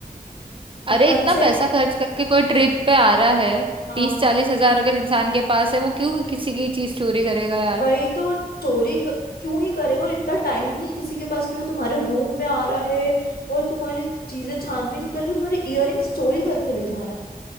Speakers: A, on the right; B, on the left.
A: अरे
B: कि मन
A: इतना
B: से
A: पैसा खर्च करके कोई ट्रिप पे आ रहा है
B: हाँ
A: तीस चालीस हजार अगर इंसान के पास है वो क्यों किसी की चीज चोरी करेगा यार
B: वही तो चोरी क... क्यों ही करेगा और इतना टाइम नहीं किसी के पास कि वो तुम्हारे रूम में आ रहा है और तुम्हारी चीजें छानबीन करके तुम्हारे इयररिंग्स चोरी करके ले जा रहा है